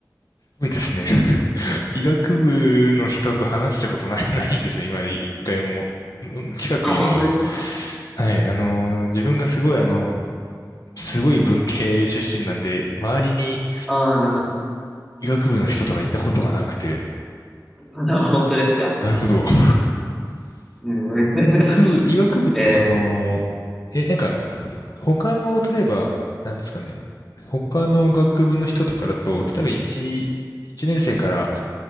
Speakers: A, on the left (about 60°); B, in the centre.
A: ごいですね。<laughs> 医学部の人と話したことない、<laughs> ないんですよ、今まで一回も。うん近くにも。
B: あ、本当ですか
A: はい、あの、自分がすごい、あの、すごい文系出身なんで、周りに
B: ああなるほど。
A: 医学部の人とかいたことがなくて、
B: <laughs> 本当ですか。
A: なるほど。<laughs>
B: うん。<laughs>
A: 学部、医学部ってその、
B: えー、
A: え、なんか、ほ他の、例えば、なんですかね、他の学部の人とかだと、例えば1、一年生から